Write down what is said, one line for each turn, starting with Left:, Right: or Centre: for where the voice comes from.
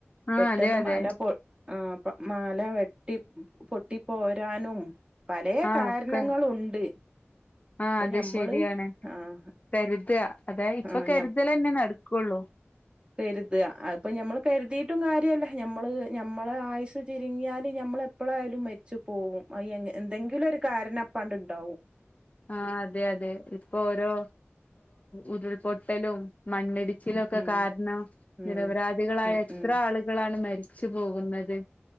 Left: ആ
Right: പെട്ടെന്ന്
Left: അതെ അതെ
Right: മല പൊ - ആ മല വെട്ടി പൊട്ടി പോരാനും പലേ
Left: ആ
Right: കാരണങ്ങളുണ്ട്.
Left: ഒക്കെ ആ
Right: അപ്പൊ
Left: അത്
Right: ഞമ്മള്
Left: ശരിയാണ്.
Right: ആഹ്
Left: കരുത അതായ ഇപ്പൊ
Right: ആഹ്
Left: കരുതലന്നെ നടകൊള്ളൂ. <inaudible>
Right: കര്ത അത് ഇപ്പൊ ഞമ്മള് കരുതിട്ടും കാര്യല്ല ഞമ്മള് ഞമ്മളെ ആയുസ് ചുരിങ്ങിയാല് ഞമ്മള് എപ്പളയാലും മരിച്ചുപോവും അയങേ എന്തെങ്കിലൊരുകാരണം അപ്പാണ്ട്ണ്ടാവും
Left: ആഹ്‌ അതെഅതെ ഇപ്പൊരോ ഉരുൾപൊട്ടലും മണ്ണിടിച്ചിലൊക്കകാരണം
Right: ഉം ഉം
Left: നിരപരാധികളായഎത്രള്
Right: ഉം ഉം
Left: കളാണ് മരിച്ചുപോകുന്നത്